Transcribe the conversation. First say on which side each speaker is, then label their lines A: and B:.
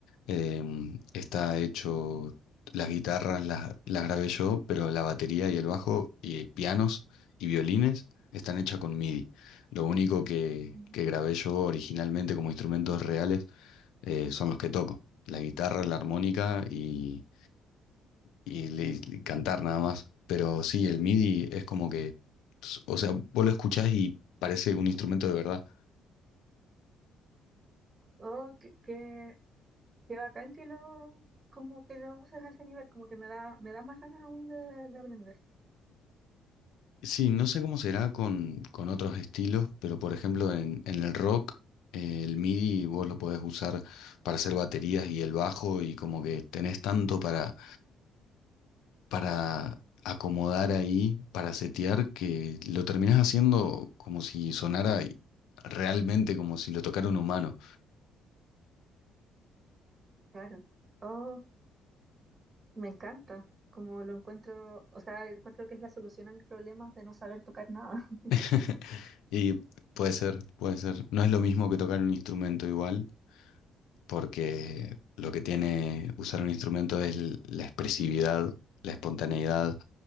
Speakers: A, on the left; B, on the right.
A: em, está hecho, las guitarras las, las grabé yo, pero la batería y el bajo y pianos y violines están hechas con MIDI. Lo único que,
B: Mm.
A: que grabé yo originalmente como instrumentos reales eh, son los que toco, la guitarra, la armónica y, y le- y cantar nada más. Pero sí, el MIDI es como que, o sea, vos lo escuchás y parece un instrumento de verdad.
B: Oh, qué, qué, qué bacán que lo, como que lo uses a ese nivel, como que me da, me da más ganas aún de, de aprender.
A: Sí, no sé cómo será con, con otros estilos, pero por ejemplo en, en el rock, eh, el MIDI vos lo podés usar para hacer baterías y el bajo y como que tenés tanto para, para acomodar ahí, para setear, que lo terminás haciendo como si sonara y- realmente como si lo tocara un humano.
B: Claro. Oh, me encanta. Como lo encuentro, o sea, encuentro que es la solución a mis problemas de no saber tocar nada. <laughs>
A: <laughs> Y puede ser, puede ser. No es lo mismo que tocar un instrumento igual, porque lo que tiene usar un instrumento es l- la expresividad, la espontaneidad